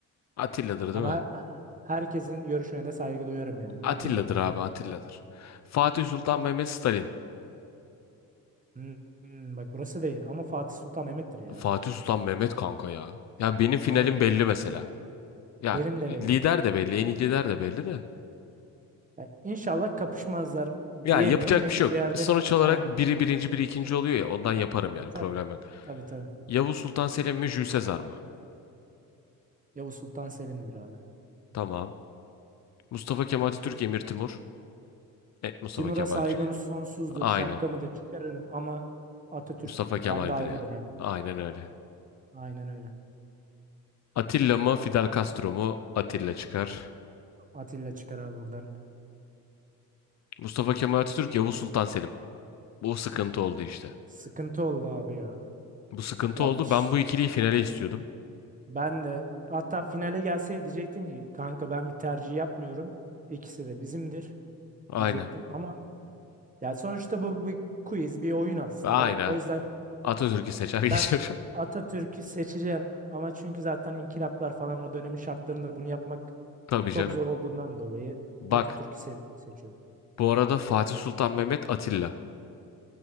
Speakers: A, on the left; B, on the right.
A: Atilla'dır
B: Ama
A: değil mi?
B: herkesin görüşüne de saygı duyarım yani.
A: Atilla'dır
B: Atilla'dır ama.
A: abi Atilla'dır. Fatih Sultan Mehmet Stalin.
B: Hmm, hmm, bak burası değil ama Fatih Sultan Mehmet'tir ya.
A: Fatih Sultan Mehmet kanka ya. Ya benim
B: Aynen
A: finalim belli
B: öyle.
A: mesela. Ya
B: Benim de
A: lider
B: belli.
A: de belli, en iyi lider de belli de.
B: Ya, İnşallah kapışmazlar
A: Ya
B: diyemiyorum.
A: yapacak
B: Mecbur
A: bir şey yok.
B: bir yerde.
A: Sonuç olarak
B: Aynen.
A: biri birinci, biri ikinci oluyor ya. Ondan yaparım yani
B: E, tabii.
A: problem yok.
B: Tabii tabii.
A: Yavuz Sultan Selim mi Jules Sezar mı?
B: Yavuz Sultan Selim'dir abi.
A: Tamam. Mustafa Kemal Atatürk, Emir Timur. Net Mustafa
B: Timur'a
A: Kemalcik.
B: saygım sonsuzdur.
A: Aynen.
B: Şapkamı da çıkarırım ama Atatürk
A: Mustafa Kemal'dir
B: bende ayrıdır
A: yani.
B: yani.
A: Aynen öyle.
B: Aynen öyle.
A: Atilla mı Fidel Castro mu? Atilla çıkar.
B: Atilla çıkar abi buradan.
A: Mustafa Kemal Atatürk, Yavuz Sultan Selim. Bu sıkıntı oldu işte.
B: Sıkıntı oldu abi ya.
A: Bu sıkıntı
B: Ya
A: oldu.
B: piş,
A: Ben bu ikiliyi finale istiyordum.
B: ben de hatta finale gelseydi diyecektim ki kanka ben bir tercih yapmıyorum. İkisi de bizimdir
A: Aynen.
B: diyecektim ama ya sonuçta bu bir quiz, bir oyun aslında.
A: Aynen.
B: O yüzden
A: Atatürk'ü seçer <laughs> geçiyorum.
B: ben Atatürk'ü seçeceğim ama çünkü zaten inkılaplar falan o dönemin şartlarında bunu yapmak
A: Tabii
B: çok
A: canım.
B: zor olduğundan dolayı
A: Bak.
B: Atatürk'ü se- seçiyorum.
A: Bu arada Fatih Sultan Mehmet Atilla.